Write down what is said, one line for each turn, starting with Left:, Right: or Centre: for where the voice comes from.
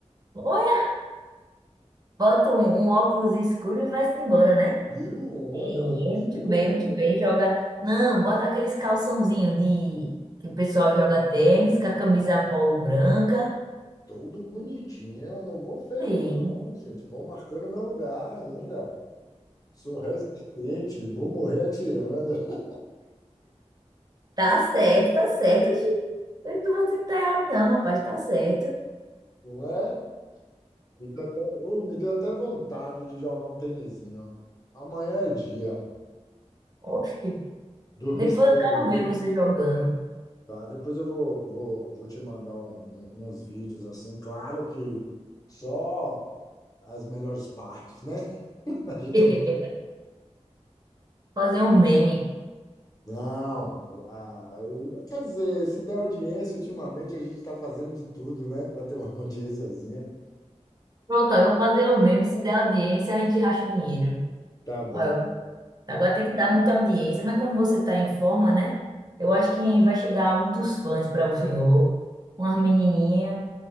Right: Olha, bota um, um óculos escuro e vai-se embora, né?
Left: Tiro
Right: É,
Left: onda,
Right: muito
Left: tiro
Right: bem, muito
Left: onda.
Right: bem. Joga. Não, bota aqueles calçãozinho de que o pessoal joga tênis, com a camisa polo branca.
Left: Todo bonitinho, não vou feio,
Right: Sim,
Left: não, gente. Vou marcando meu lugar ainda. Sou resistente, vou morrer atirando, <laughs>
Right: tá certo, tá certo. Oxi, Eu não vou dizer que tá errado, não, rapaz, tá certo.
Left: não é? Me deu até, oh, me deu até vontade de jogar um tênisinho. Amanhã é dia.
Right: Oxi.
Left: Dormir
Right: Depois
Left: cedo
Right: eu quero
Left: hoje.
Right: ver você jogando.
Left: Tá, depois eu vou, vou, vou te mandar um- um- uns vídeos assim. Claro que só as melhores partes, né? <laughs> A gente
Right: <laughs>
Left: só
Right: Fazer um meme.
Left: Não, ah, eu- quer dizer, se der audiência, ultimamente a gente está fazendo de tudo, né, para ter uma <laughs> audiênciazinha.
Right: Pronto, eu vou fazer um meme. Se der audiência, a gente racha o dinheiro.
Left: Tá bom.
Right: Olha, agora tem que dar muita audiência, mas como você tá em forma, né? Eu acho que vai chegar muitos fãs para o senhor. Umas menininhas.